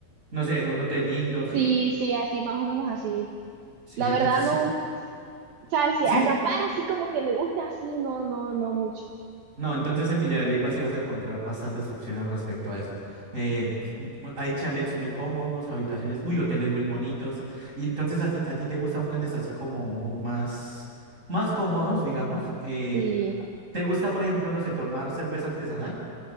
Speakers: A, on the right (about 15°); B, on the right (about 65°).
A: no sé, en un hotel lindo, ¿sí?
B: Sí, sí, así, más o menos así.
A: Sí,
B: La
A: entonces,
B: verdad, no,
A: sí,
B: o sea, si
A: sí.
B: acampar así como que me gusta así, no, no, no mucho.
A: No, entonces en Villa de Leyva sí vas a encontrar bastantes opciones respecto a eso. Eh, hay chalets muy cómodos, habitaciones, uy, hoteles muy bonitos. Y entonces a ti, a ti te gustan planes así como mu- más, más cómodos, digamos. Eh,
B: Sí.
A: ¿te gusta, por ejemplo, no sé, tomar cerveza artesanal?